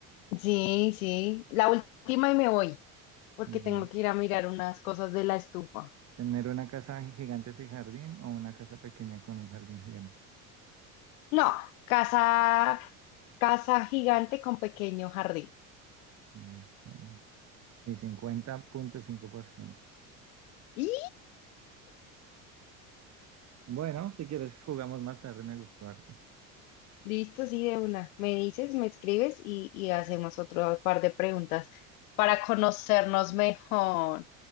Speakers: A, on the left; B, on the right.
A: Sí, sí. La última y me voy, porque
B: Bueno.
A: tengo que ir a mirar unas cosas de la estufa.
B: Tener una casa gigante sin jardín o una casa pequeña con un jardín gigante.
A: No, casa, casa gigante con pequeño jardín.
B: Listo. Sí, cincuenta punto cinco por ciento
A: Y
B: Bueno, si quieres jugamos más tarde, me gustó harto.
A: listo, sí, de una. Me dices, me escribes y, y hacemos otro par de preguntas para conocernos mejor.